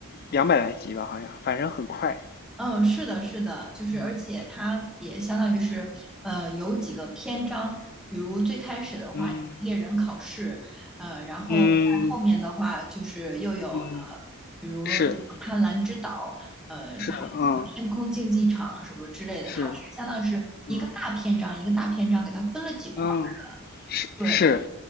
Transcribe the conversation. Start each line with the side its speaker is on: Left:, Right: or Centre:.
Left: 两百来集吧，好像，反正很快。
Centre: 嗯，是的，是的，就是而且它也相当于是，
Left: 嗯
Centre: 呃，有几个篇章，比如最开始的话有猎人考试，
Left: 嗯
Centre: 呃，然后在后面的话就是又有呃，
Left: 嗯嗯，
Centre: 比如什么贪婪之岛，
Left: 是
Centre: 呃，然后什么天空竞技场什么之类的，
Left: 是嗯是
Centre: 它是相当于是一个大篇章一个大篇章给它分了几块儿。
Left: 嗯嗯
Centre: 对，
Left: 是。